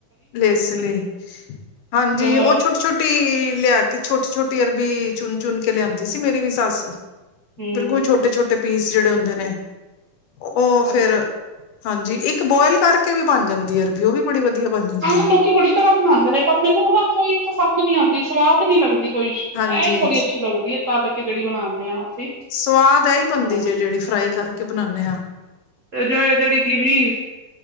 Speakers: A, on the left; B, on the right.
A: ਇਸੀ ਲਈ ਹਾਂਜੀ
B: ਤੇ,
A: ਉਹ ਛੋਟੇ ਛੋਟੇ ਛੋਟੀ ਲਿਆ ਕੇ ਛੋਟੀ ਛੋਟੀ ਅਰਬੀ ਚੁਣ ਚੁਣ ਕੇ ਲਿਆਂਦੀ ਸੀ। ਮੇਰੀ ਵੀ ਸੱਸ
B: ਹਮ
A: ਬਿਲਕੁਲ ਛੋਟੇ ਛੋਟੇ ਪੀਸ ਜਿਹੜੇ ਹੁੰਦੇ ਨੇ ਉਹ ਫਿਰ
B: ਅੱਛਾ
A: ਹਾਂਜੀ ਇੱਕ ਬੋਇਲ ਕਰਕੇ ਵੀ ਬਣ ਜਾਂਦੀ ਹੈ ਅਰਬੀ ਓ ਵੀ ਬੜੀ ਵਧੀਆ ਬਣ ਜਾਂਦੀ
B: ਹਾਂ
A: ਹੈ।
B: ਲੋਕੀ ਬੜੀ ਤਰ੍ਹਾਂ ਬਣਾਉਂਦੇ ਨੇ ਪਰ ਮੈਨੂੰ ਉਹ ਨਾ ਕੋਈ ਪਸੰਦ ਨੀ ਆਉਂਦੀ ਸਵਾਦ ਨੀ ਲੱਗਦੀ। <unintelligible>
A: ਹਾਂਜੀ
B: ਇਹ ਹੀ ਬਹੁਤ ਅੱਛੀ ਗੱਲ ਹੁੰਦੀ ਤਦ ਖਿਚੜੀ ਬਣਾਦੇ ਹਾਂ ਅਸੀਂ
A: ਸਵਾਦ ਇਹੀ ਬਣਦੀ
B: ਹਾਂ
A: ਜੇ ਜਿਹੜੀ ਫਰਾਈ ਕਰਕੇ ਬਣਾਣੇ ਆ।
B: ਤੇ ਜੋ, ਜਿਹੜੀ ਗਿੱਲੀ